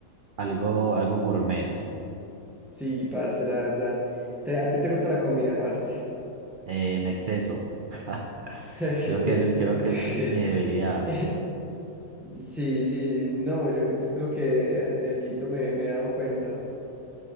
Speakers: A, on the right; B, in the centre.
A: Algo, algo gourmet,
B: Sí, parce, la verdad. Te- ¿a ti te gusta la comida, parce?
A: eh, en exceso. <laughs>
B: <laughs>
A: Creo que, creo que es mi debilidad.
B: Sí, sí, no, yo, yo creo que eh, de alguito me, me he dado cuenta.